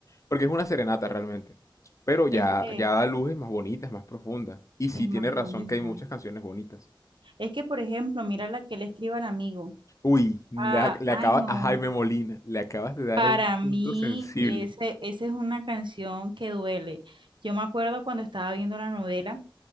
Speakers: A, on the left; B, on the right.
A: Porque es una serenata realmente. Pero ya,
B: Es que
A: ya da luces más bonitas, más profundas. Y sí
B: es más
A: tiene razón
B: bonita.
A: que hay muchas canciones bonitas.
B: Es que, por ejemplo, mira la que le escribe al amigo.
A: Uy, le,
B: Ah,
A: ac- le
B: ay,
A: acabas
B: no.
A: a Jaime Molina, le acabas de dar
B: Para
A: a un
B: mí,
A: punto sensible.
B: ese, esa es una canción que duele. Yo me acuerdo cuando estaba viendo la novela,